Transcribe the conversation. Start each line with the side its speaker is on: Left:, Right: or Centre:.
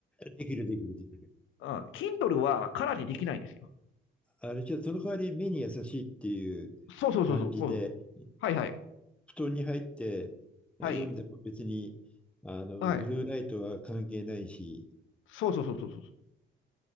Centre: できるできるできる。
Left: うん。Kindle はカラーにできないんですよ。
Centre: あれじゃその代わり目に優しいっていう
Left: そうそうそうそう。
Centre: 感じで、
Left: そうはいはい。
Centre: 布団に入って読んでも別に、
Left: はい。
Centre: あの、
Left: はい。
Centre: ブルーライトは関係ないし、
Left: そうそうそうそうそう。